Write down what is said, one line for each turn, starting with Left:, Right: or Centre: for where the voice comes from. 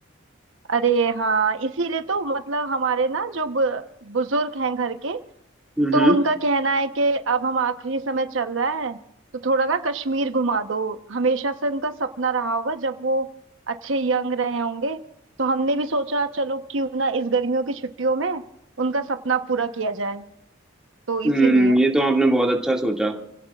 Right: अरे हाँ इसीलिए तो मतलब हमारे ना जो बु- बुजुर्ग हैं घर के
Centre: हम्म
Right: तो उनका कहना है कि अब हम आखिरी समय चल रहा है तो थोड़ा ना कश्मीर घुमा दो हमेशा से उनका सपना रहा होगा जब वो अच्छे यंग रहे होंगे तो हमने भी सोचा चलो क्यों ना इस गर्मियों की छुट्टियों में उनका सपना पूरा किया जाए तो इसीलिए
Centre: हम्म ये तो आपने बहुत अच्छा सोचा